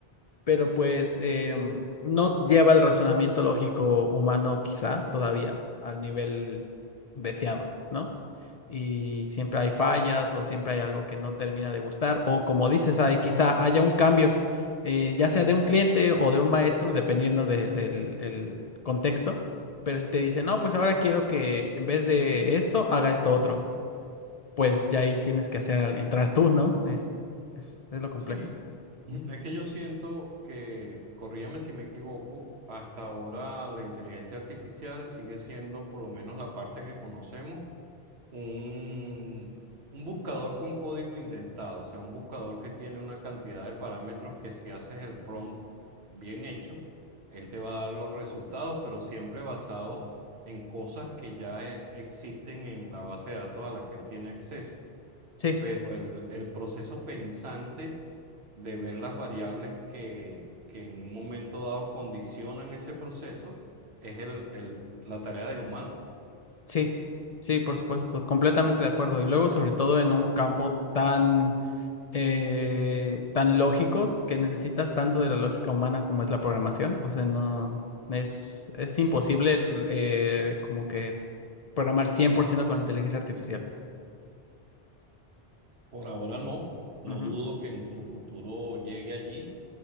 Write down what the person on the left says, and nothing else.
pero pues em, no lleva el razonamiento lógico humano quizá todavía al nivel deseado, ¿no? y siempre hay fallas o siempre hay algo que no termina de gustar o como dices, hay, quizá haya un cambio, eh, ya sea de un cliente o de un maestro, dependiendo de- del el contexto, pero si te dicen, no, pues ahora quiero que en vez de esto haga esto otro, pues ya ahí tienes que hacer al- entrar tú, ¿no? Es, es- es lo complejo.
Mm,
Sí,
sí, sí, por supuesto, completamente de acuerdo. Y luego, sobre todo en un campo tan eh, tan lógico que necesitas tanto de la lógica humana como es la programación. O sea, no es, es imposible eh, como que programar 100% con inteligencia artificial.
Ujú.